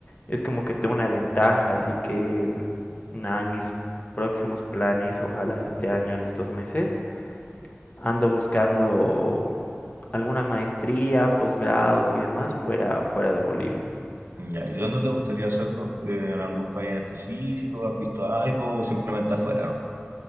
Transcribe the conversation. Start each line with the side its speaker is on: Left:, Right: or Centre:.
Left: es como que tengo una ventaja. Así que, nada, en mis próximos planes, ojalá este año, en estos meses, ando buscando alguna maestría, posgrados y demás fuera, fuera de Bolivia.
Right: Ya, ¿y dónde te gustaría hacerlo? ¿En algún país en específico? ¿Has visto algo o simplemente afuera,